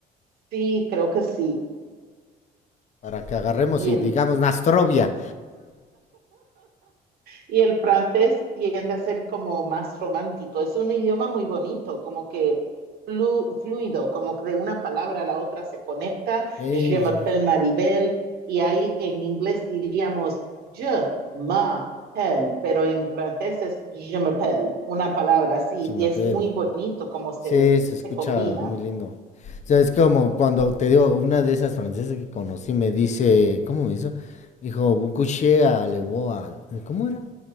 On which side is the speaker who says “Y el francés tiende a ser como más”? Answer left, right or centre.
Right